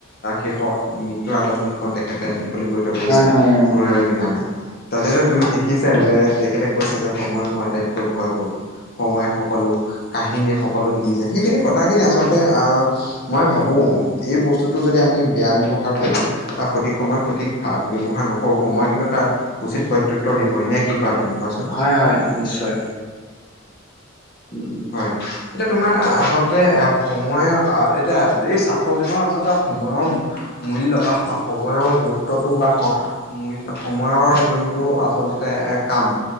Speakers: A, on the left; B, on the left.
A: শেষত মৃত্যুৰ আগত যোনখন তেখেতে মুকলি কৰি থৈ গৈছে,
B: হয় হয় অ
A: ৰৈ ৰ বিনালে তাতেটো তুমি দেখিছাই যে, তেখেতে কৈছে যে সময়ক মই আটাইতকৈ ভয় কৰো সময়ে সকলো কাহিনীয়ে সকলো দি যায়, সেইখিনি কথাখিনি আচলতে আহ মই ভাবোঁ, এই বস্তুটো যদি আমি বেয়া ব্যৱহাৰ কৰোঁ, বা সঠিক সময় সঠিক ভাৱ ব্যৱহাৰ নকৰো, সময় কিন্তু, তাৰ উচিত প্ৰত্যুত্তৰ দিবই নে কি? কোৱা তুমি কোৱাচোন
B: হয় হয়, নিশ্চয়। উম উম।
A: হয় এতিয়া তোমাৰ আচলতে, এ সময়ৰ এতিয়া এই ছাত্ৰ জীৱনৰ আচলতে সময়ৰ মূল্য বা সময়ৰ গুৰুত্বটো বা মূল্য সময়ৰ যোনটো আচলতে এ কাম